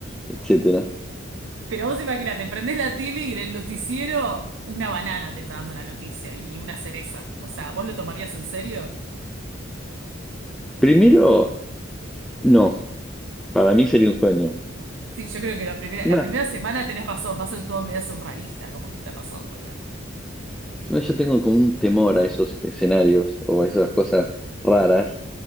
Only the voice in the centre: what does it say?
etcétera.
Primero, no. Para mí sería un sueño.
Encima.
Encima Yo tengo como un temor a esos escenarios o a esas cosas raras.